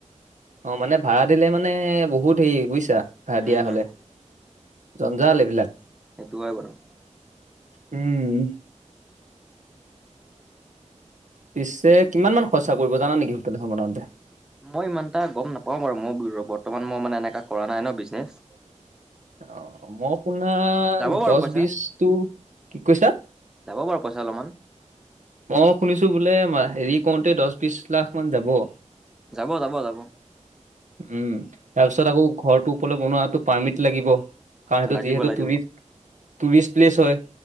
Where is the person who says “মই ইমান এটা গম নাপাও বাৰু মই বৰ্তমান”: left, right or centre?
Centre